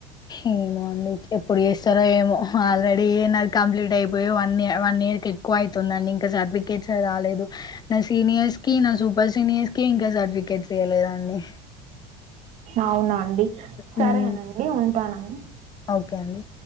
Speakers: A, on the left (about 30°); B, on the right (about 55°).
A: ఏమో అండి ఎప్పుడు చేస్తారో ఏమో ఆల్రెడీ కంప్లీట్ అయిపోయి వన్ ఇయర్ వన్ ఇయర్ క ఎక్కువ అవుతుందండి ఇంకా సర్టిఫికేట్స్ రాలేదు నా సీనియర్స్ కి నా సూపర్ సీనియర్స్ కి ఇంకా సర్టిఫికేట్స్ చేయలేదుం అ
B: అవునాండి సరేనండి
A: హ్మ్.
B: ఉంటానన్న
A: ఓకే అండి